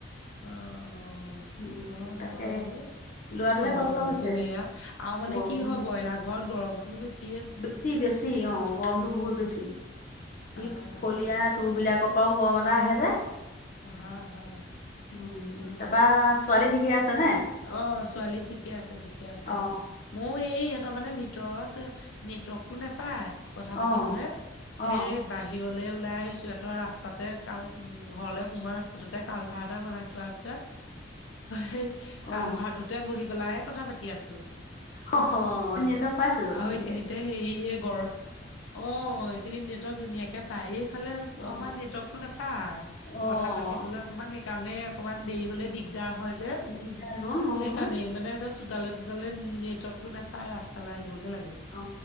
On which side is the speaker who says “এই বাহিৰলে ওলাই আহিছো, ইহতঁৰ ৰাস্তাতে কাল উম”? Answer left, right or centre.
Left